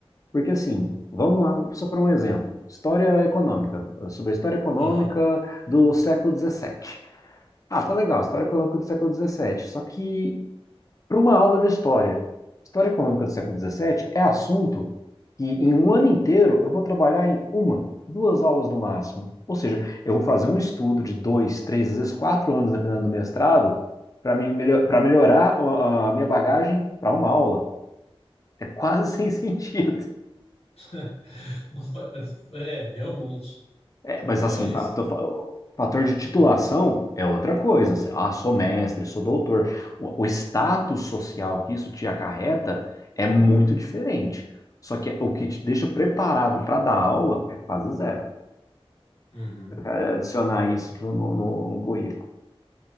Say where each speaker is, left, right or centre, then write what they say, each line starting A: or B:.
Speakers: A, on the left (about 35°); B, on the left (about 80°).
A: Porque, assim, vamos lá, só para um exemplo, história econômica, sobre a história econômica
B: Aham.
A: do século XVII. Ah, tá legal, História Econômica do século XVII. Só que, para uma aula de história, História Econômica do século XVII é assunto que, em um ano inteiro, eu vou trabalhar em uma, duas aulas no máximo. Ou seja, eu vou fazer um estudo de dois, três, às vezes quatro anos, dependendo do mestrado, para me melho para melhorar a, a minha bagagem para uma aula. É quase <laughs> sem sentido.
B: <laughs> Não fa- É, realmente,
A: É,
B: não
A: mas
B: faz.
A: assim, fato- fa- fator de titulação
B: Uhum.
A: é outra coisa. Você, Ah, sou mestre, sou doutor. O, o status social que isso te acarreta é muito diferente. Só que o que te deixa preparado para dar aula é quase zero.
B: Uhum.
A: É adicionar isso pro- no, no, no currículo.